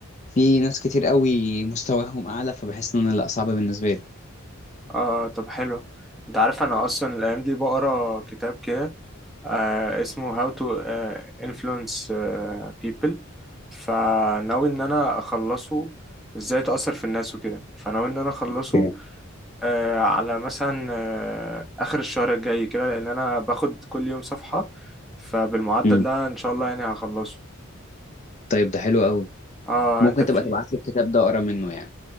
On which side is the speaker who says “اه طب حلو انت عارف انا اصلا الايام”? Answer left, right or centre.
Centre